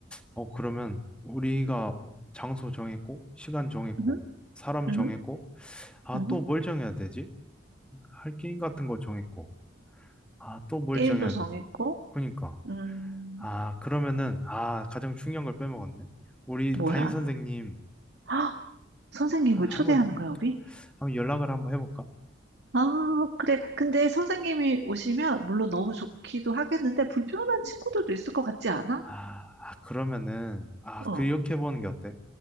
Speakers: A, in the centre; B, on the right.
A: 어, 그러면 우리가 장소 정했고, 시간 정했고,
B: 음,
A: 사람
B: 음,
A: 정했고, 아,
B: 음.
A: 또 뭘 정해야 되지? 할 게임 같은 거 정했고, 아, 또 뭘
B: 게임도
A: 정해야
B: 정했고,
A: 되지? 그니까.
B: 음,
A: 아, 그러면은, 아, 가장 중요한 걸 빼먹었네. 우리
B: 뭐야?
A: 담임 선생님,
B: 헉, 선생님을
A: 한, 한번,
B: 초대하는 거야, 우리?
A: 한번 연락을 한번 해볼까?
B: 아, 그래. 근데 선생님이 오시면 물론 너무 좋기도 하겠는데 불편한 친구들도 있을 것 같지 않아?
A: 아, 아, 그러면은, 아,
B: 어,
A: 그렇게 해보는 게 어때?